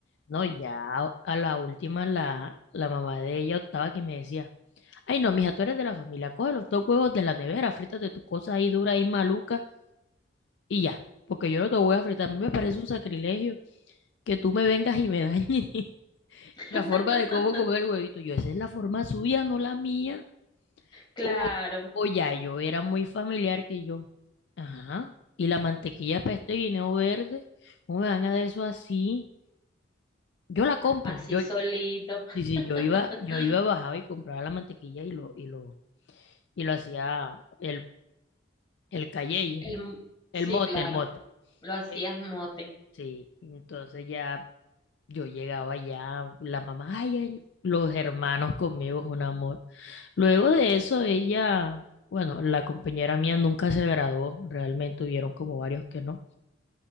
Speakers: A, on the left; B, on the left.
A: No, ya a la última la, la mamá de ella optaba que me decía Ay, no, mija, tú eres de la familia. Coge los dos huevos de la nevera, frítate tus cosas ahí duras y malucas y ya. Porque yo no te voy a fritar. A mí me parece un sacrilegio que tú me vengas y me dañes <laughs>
B: <laughs>
A: la forma de cómo comer el huevito. Yo, esa es la forma suya, no la mía.
B: Claro,
A: O, o ya, yo era muy familiar que yo. Ajá. Y la mantequilla para este guineo verde, ¿cómo me van a dar eso así? Yo la compro.
B: así
A: Yo,
B: solito.
A: sí, sí,
B: <laughs>
A: yo iba, yo iba, bajaba y compraba la mantequilla y lo, y lo, y lo hacía el, el cayeye.
B: El, mo-
A: El
B: sí,
A: mote,
B: claro,
A: el mote.
B: lo hacías
A: Eh,
B: mote.
A: sí, entonces ya yo llegaba ya, la mamá, ay, ay, los hermanos conmigo, es un amor. Luego de eso, ella, bueno, la compañera mía nunca se graduó, realmente hubieron como varios que no.